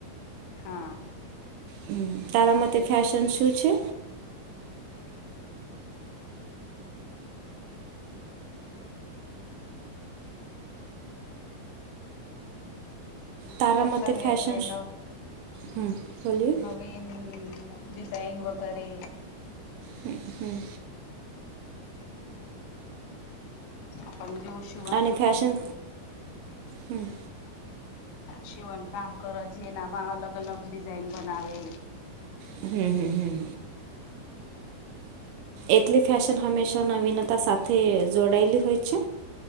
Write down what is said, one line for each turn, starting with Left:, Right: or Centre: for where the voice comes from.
Left: હા.
Right: હમ્મ તારામાટે ફશન શું છે? તારાામતી
Left: ફશન
Right: ફેશન
Left: એટલે ન
Right: હમ્મ બોલીએ
Left: વીન ડિઝાઇન વગેરે
Right: હમ્મ હમ્મ
Left: આ પણ જોષ
Right: અને ફેશન હમ્મ
Left: છેવન કામ કરવા છીએ ને આમાં અલગ અલગ ડિઝાઇન બનાવે.
Right: હમ્મ હમ્મ હમ્મ એટલી ફેશન હંમેશા નવીનતા સાથે જોડાયેલી હોય છે.